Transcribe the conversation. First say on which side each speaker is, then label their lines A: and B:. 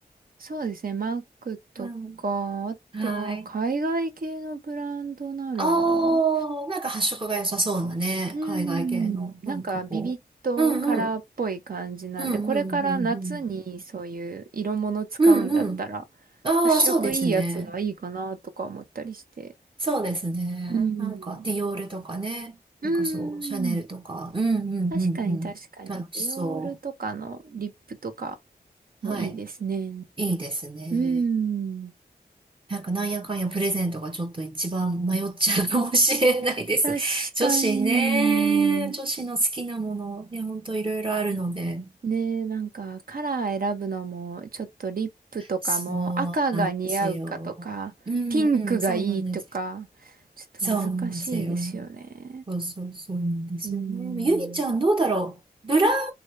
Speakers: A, on the right; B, on the right.
A: そうですね。マックとか、
B: うん。
A: あとは海外系のブランドなら、
B: はい。ああ、なんか発色が良さそうなね、
A: うーん、
B: 海外系の、
A: なんかビビットカラーっぽい感じなんで、
B: なんかこう。うんうん。うんうんうんうん。
A: これから夏にそういう色物使うんだったら、
B: うんうん。ああ、
A: 発色いいやつがいいかなとか思ったりして。
B: そうですね。そうですね。
A: うん。
B: なんか、ディオールとかね。
A: うん。
B: なんかそう、シャネルとか。うんうんうんうん。
A: 確かに確かに。
B: 楽しそ
A: ディオールとかのリップとかもいいですね。
B: う。はい。いいですね。
A: うん。
B: なんかなんやかんやプレゼントがちょっと一番迷っちゃうかもしれないです。
A: 確かに。
B: 女子ね、女子の好きなもの、ね、ほんといろいろあるので。
A: ねえ、なんかカラー選ぶのも、ちょっとリップとかも赤が似合うかとか、
B: そうなんですよ。うんうん、
A: ピンクがいいとか、
B: そうなんです。
A: ちょっと難しいですよね。
B: そうなんですよ。そうそうそうなんですよね。
A: うーん。
B: ゆりちゃんどうだろうブラウン